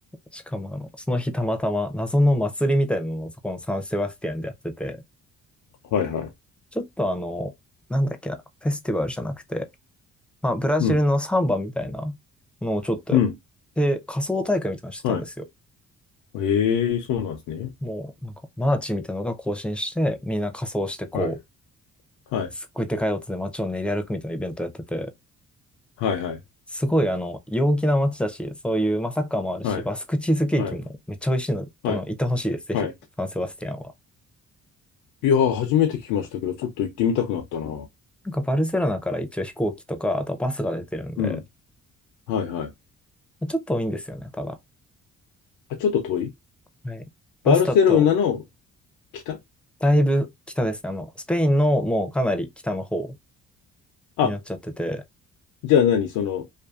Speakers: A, in the centre; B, on the left.
A: しかもあの、その日たまたま謎の祭りみたいなのをそこのサンセバスティアンでやってて、
B: はいはい。
A: ちょっとあの、なんだっけな、フェスティバルじゃなくて、まあ、ブラジルのサンバみたいなのをちょっとやっ
B: うん。うん。
A: て、仮装大会みたいなのしてたんですよ。
B: はい。ええそうなんですね。
A: もう、なんか、マーチみたいなのが行進して、みんな仮装してこう、
B: はい。はい。
A: すっごいでかい音で街を練り歩くみたいなイベントやってて、
B: はいはい。
A: すごいあの、陽気な街だし、そういう、まあ、サッカーもあるし、
B: はい。
A: バスクチーズケーキもめっちゃ美味しいので、
B: はい。はい。
A: あの、行ってほしいです、ぜひ、
B: はい。
A: サンセバスティアンは。
B: いやー、初めて聞きましたけど、ちょっと行ってみたくなったな。
A: なんかバルセロナから一応飛行機とか、あとバスが出てるんで、
B: うん。はいはい。
A: ちょっと多いんですよね、ただ。
B: あ、ちょっと遠い
A: はい。バスだと、
B: バルセロナの北
A: だいぶ北ですね。あの、スペインのもうかなり北の方
B: あ、
A: になっちゃってて、
B: じゃあ何その、